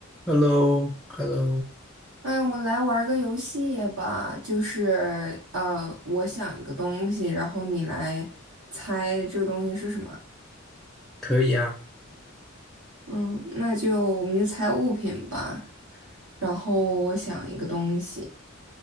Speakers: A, in the centre; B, on the right.
A: h e l l o h e l l o
B: 哎，我们来玩个游戏吧，就是呃，我想一个东西，然后你来猜这个东西是什么。
A: 可以啊，
B: 嗯，那就我们就猜物品吧。然后我想一个东西，